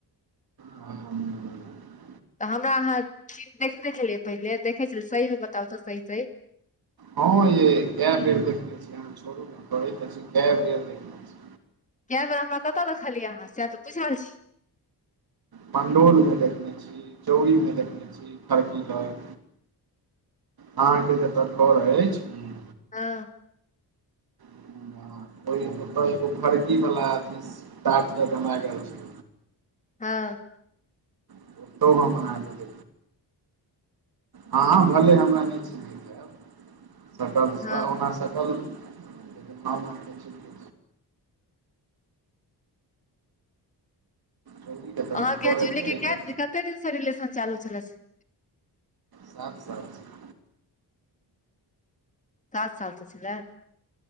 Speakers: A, on the right (about 60°); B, on the left (about 20°).
A: <inaudible>
B: तऽ हमरा अहाँ <unintelligible> देखने छेलियै पहिले, देखै छेलियै सहीमे बताउ तऽ सही- सही?
A: हँ यैय कए बेर देखने छी, अहाँ छोड़ू न कहै तऽ छी, कए बेर देखने छी।
B: कएै बेर अहा कतऽ देखलियै सएह तऽ पुछि रहल छि।
A: पण्डोलमे देखने छी, चौड़रीमे देखने छी खर्किलर अहाँ के जत घर अइछ हम्म
B: हँ।
A: <unintelligible> फरकी वाला अथी टाट जका लागल छै।
B: हँ
A: <unintelligible> हँ भले हमरा नयि चिन्हेत हेत सकल स
B: हँ
A: उना सकल <unintelligible> चौरी के तऽ हम
B: अहाँके
A: घरे
B: जूली
A: पर
B: कै
A: एक
B: कते दिन से रिलेशन चालू छल छै से।
A: सात साल से।
B: सात साल से छलै।